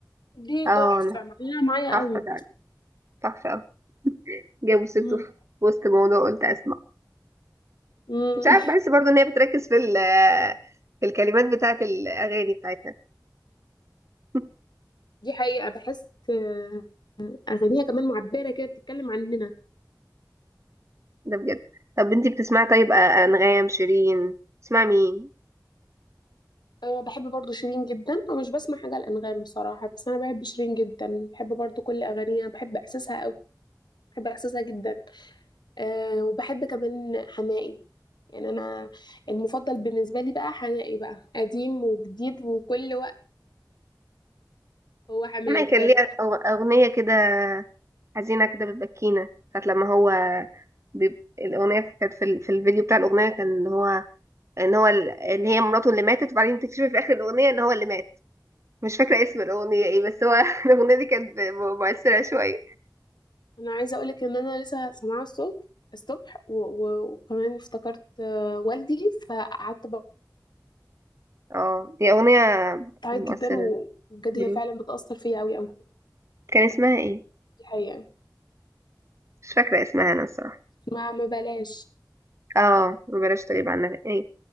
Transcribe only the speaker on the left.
دي
تحفه
معلقه معايا
قوي
مم.
مم.
<laughs> دي حقيقه بحس آه، اغانيها كمان معبره كده بتتكلم عننا
أه بحب برضو شيرين جدا ومش بسمع حاجه الانغام بصراحه بس انا بحب شيرين جدا بحب برضو كل اغانيها بحب احساسها قوي بحب احساسها جدا أه وبحب كمان حماقي يعني انا المفضل بالنسبه لي بقى حماقي بقى قديم وجديد وكل وقت هو حماقي
بجد
انا عايزه اقولك ان انا لسه سامعاه الصبح الصبح و- و- وكمان افتكرت آه، والدي فقعدت
بعيط
جدا و- وبجد
هي فعلا بتاثر فيا قوي قوي
الحقيقه
ما ما بلاش